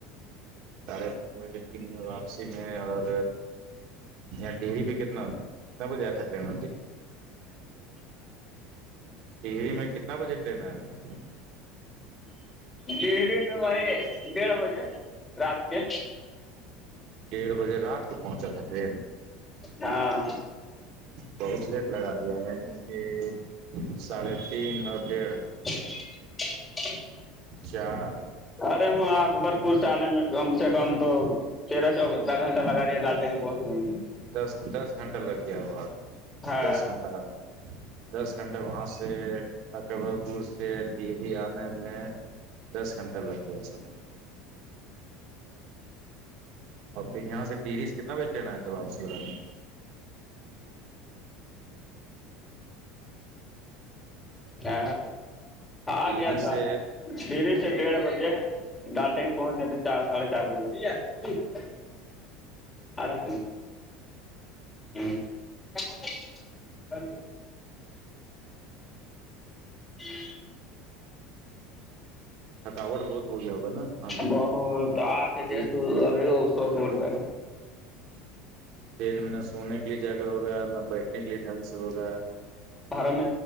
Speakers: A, on the right; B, on the left.
A: ساڑھے تین بجے تین واپسی میں اور یہاں ڈیرے پہ تنا کتنا بجے آ سکتے ہیں ٹہی میں کتنا بجے ٹرین آیا تھا
B: ڈری میں وہی ڈیڑھ بجے رات کے
A: ڈیڑھ بجے رات کو پہنچا تھا ٹرین
B: ہاں
A: بہت لیٹ لگا دیا یعنی کہ ساڑھے تین اور ڈیڑھ
B: <unintelligible>
A: چار
B: ارے ہوں آگ بر جیپور سے آنے میں کم سے کم تو تیرہ چودھہ گھنٹہ لگا دیا ڈالٹے میں پہنچنے میں
A: دس دس گھنٹہ لگ گیا وہاں
B: ہاں
A: دس گھنٹہ دس گھنٹہ وہاں سے اکبر پور سے ٹی وی آنے میں دس گھنٹہ لگ گیا سالہ اور پھر یہاں سے ڈیری سے کتے بجے ٹرین آئے تھے واپسی والے میں
B: ہ آ
A: ڈیہری
B: گیا تھا
A: سے
B: دیرے ڈیڑھ بجے ڈالٹنگ پہنچ گئے تھے چار ساڑھے چار بجے ھیک <unintelligible> ہے آدھا کلو <unintelligible> جی <unintelligible>
A: تھکاوٹ بہت ہو گیا ہوگا نا کھانے میں
B: بہت آ کے
A: جی
B: جیس ابھی سوکے اٹھ رہے
A: ٹرین میں نہ سونے کے لیے جگہ ہوگا نہ بیٹھنے کے لیے ڈھنگ سے ہوگا
B: آرام